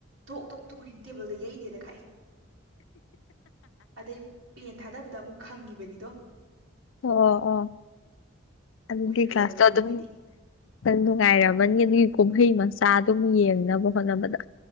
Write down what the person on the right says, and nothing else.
ꯗꯣꯛ ꯇꯣꯛ ꯇꯨꯔꯤꯅꯤ ꯇꯦꯕꯜꯗ ꯌꯩꯗꯦꯗ ꯈꯛꯑꯦ ꯑꯗꯩ ꯄꯦꯟ ꯊꯥꯗꯕꯗ ꯑꯃꯨꯛ ꯈꯪꯉꯤꯕꯅꯤꯗꯣ
ꯎꯏꯔꯨꯔꯕꯅꯤꯅ
ꯃꯣꯏꯗꯤ